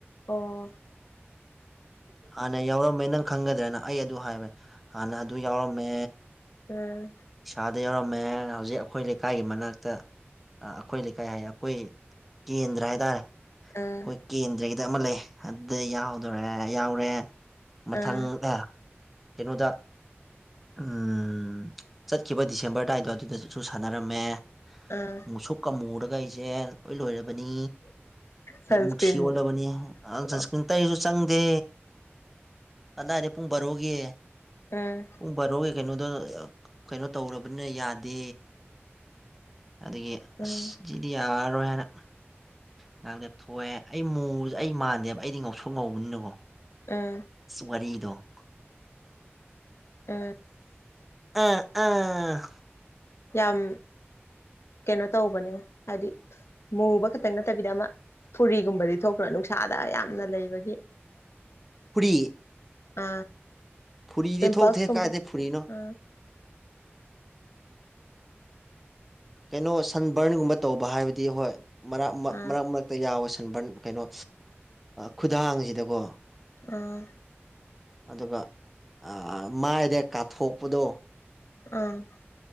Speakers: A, on the left; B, in the centre.
A: ꯑꯣ
B: ꯍꯥꯟꯅ ꯌꯥꯎꯔꯝꯕꯩ ꯅꯪ ꯈꯪꯒꯗ꯭ꯔꯅ ꯑꯩ ꯑꯗꯨ ꯍꯥꯏꯕꯩ ꯍꯥꯟꯅ ꯑꯗꯨ ꯌꯥꯎꯔꯝꯃꯦ
A: ꯎꯝ
B: ꯏꯁꯥꯗ ꯌꯥꯎꯔꯝꯃꯦ ꯍꯧꯖꯤꯛ ꯑꯩꯈꯣꯏ ꯂꯩꯀꯥꯏꯒꯤ ꯃꯅꯥꯛꯇ ꯑ꫰ꯑꯩꯈꯣꯏ ꯂꯩꯀꯥꯏ ꯍꯥꯏ ꯑꯩꯈꯣꯏ ꯀꯦꯟꯗ꯭ꯔ ꯍꯥꯏꯇꯥꯔꯦ
A: ꯑꯥ
B: ꯑꯩꯈꯣꯏ ꯀꯦꯟꯗ꯭ꯔꯒꯤꯗ ꯑꯃ ꯂꯩ ꯑꯗꯨꯗ ꯌꯥꯎꯗꯣꯔꯦ ꯌꯥꯎꯔꯦ ꯃꯊꯪ
A: ꯎꯝ
B: ꯑꯦ ꯀꯩꯅꯣꯗ ꯎꯝ ꯆꯠꯈꯤꯕ ꯗꯤꯁꯦꯝꯕꯔ ꯑꯗꯥꯏꯗꯣ ꯑꯗꯨꯗꯠꯁꯨ ꯁꯥꯟꯅꯔꯝꯃꯦ
A: ꯑꯥ
B: ꯃꯨꯁꯨꯛꯀ ꯃꯨꯔꯒ ꯑꯩꯖꯦ ꯂꯣꯏ ꯂꯣꯏꯔꯕꯅꯤ
A: ꯁꯟꯁꯀ꯭ꯔꯤꯟ
B: ꯃꯨꯊꯤ ꯑꯣꯜꯂꯕꯅꯤ ꯑꯥꯟ ꯁꯟꯁꯀ꯭ꯔꯤꯟ
A: ꯎꯝ
B: ꯇꯩꯔꯁꯨ ꯆꯪꯗꯦ ꯀꯗꯥꯏꯗ ꯄꯨꯡ ꯕꯥꯔꯣꯒꯤ
A: ꯎꯝ
B: ꯄꯨꯡ ꯕꯥꯔꯣꯒꯤ ꯀꯩꯅꯣꯗꯣ ꯀꯩꯅꯣ ꯇꯧꯔꯕꯅꯤꯅ ꯌꯥꯗꯦ ꯑꯗꯒꯤ
A: ꯎꯝ
B: ꯑꯁ ꯖꯤꯗꯤ ꯌꯥꯔꯔꯣꯏ ꯍꯥꯏꯅ ꯉꯍꯥꯛ ꯂꯦꯞꯊꯣꯛꯑꯦ ꯑꯩ ꯃꯨꯕꯖꯦ ꯑꯩ ꯃꯥꯟꯗꯦꯕ ꯑꯩꯗꯤ ꯉꯧꯁꯣꯛ ꯉꯧꯕꯅꯤꯅꯀꯣ
A: ꯎꯝ
B: ꯋꯥꯔꯤꯗꯣ
A: ꯎꯝ
B: ꯑ ꯑꯥ
A: ꯌꯥꯝ ꯀꯦꯅꯣ ꯇꯧꯕꯅꯦꯕꯣ ꯍꯥꯏꯗꯤ ꯃꯨꯕ ꯈꯛꯇꯪ ꯅꯠꯇꯕꯤꯗ ꯑꯃ ꯐꯨꯔꯤꯒꯨꯝꯕꯗꯤ ꯊꯣꯛꯇꯔꯣ ꯅꯨꯡꯁꯥꯗ ꯌꯥꯝꯅ ꯂꯩꯕꯒꯤ <inaudible>
B: ꯐꯨꯔꯤ
A: ꯑ
B: ꯐꯨꯔꯤꯗꯤ
A: ꯄꯤꯝꯄꯜꯁ
B: ꯊꯣꯛꯇꯦ
A: ꯀꯨꯝꯕ
B: ꯀꯥꯏꯗꯩ ꯐꯨꯔꯤꯅꯣ
A: ꯑ
B: ꯀꯩꯅꯣ ꯁꯟ ꯕꯔꯟꯒꯨꯝꯕ ꯇꯧꯕ ꯍꯥꯏꯕꯗꯤ ꯍꯣꯏ ꯃꯔꯛ ꯃ
A: ꯑꯥ
B: ꯃꯔꯛ ꯃꯔꯛ ꯇ ꯌꯥꯎꯋꯦ ꯁꯟꯕꯔꯟ ꯀꯩꯅꯣ ꯈꯨꯗꯥꯡꯖꯤꯗꯒꯣ
A: ꯑ
B: ꯑꯗꯨꯒ ꯑꯥ ꯃꯥꯏꯗ ꯀꯥꯊꯣꯛꯄꯗꯣ
A: ꯑ